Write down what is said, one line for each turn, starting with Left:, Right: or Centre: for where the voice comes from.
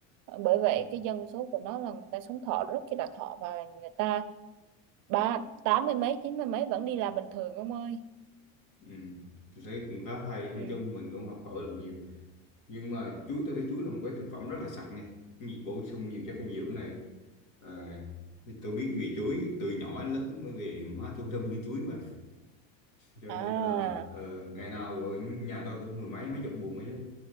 Right: bởi vậy
Left: Ừ.
Right: cái dân số của nó là người ta sống thọ rất là thọ và người ta ba tám mươi mấy chín mươi mấy vẫn đi làm bình thường ông ơi
Left: Ừ. tôi thấy cũng khá hay nói
Right: ừ.
Left: chung mình cũng học hỏi được nhiều nhưng mà chuối tôi thấy chuối là một cái thực phẩm rất là sạch nha nhiệt bổ sung nhiều chất dinh dưỡng này à, thì tôi biết về chuối từ nhỏ đến lớn bởi vì má tôi là buôn chuối mà cho
Right: à
Left: nên là ờ, ngày nào ở nhà tôi cũng mười mấy mấy chục buồng ấy chứ